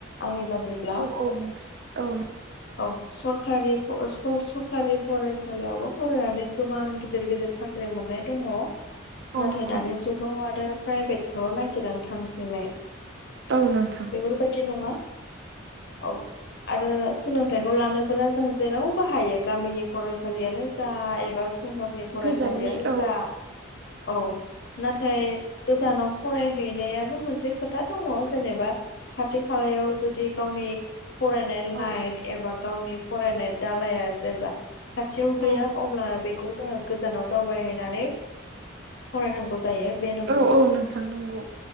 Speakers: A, on the left (about 55°); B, on the right (about 55°).
A: आंनि बादिब्ला
B: औ औ नोंथां औ
A: औ सरकारि सरखारि फरायसालियावबो फरायनानै गोबां गिदिर गिदिर साख्रि मोननाय दङ
B: औ
A: नाथाय
B: नोंथां
A: दानि जुगाव आरो प्राइभेट थर' नायगिरनानै थांसैलाय <unintelligible>
B: औ नोंथां
A: बेेफोर बादि नङा औ आरो सोलोंथाइखौ लानोबोला जों जेरावबो हायो गामिनि फरायसालि फरायसालियानो जा एबा सोहोरनि फरायसालियानो
B: गोजाननि औ
A: जा औ नाथाय गोजानाव फरायहैनायाबो मोनसे खोथा दङ जेनेबा खाथि खालायाव जुदि गावनि फरायनाय
B: औ
A: लाइन एबा गावनि फरायनाय दालाया जेब्ला खाथियाव गैया
B: औ
A: अब्ला बेखौ जोङो गोजानाव दावबायहैनानै फरायनांगौ। जायो। बे नंगौ
B: औ औ नोंथां नंगौ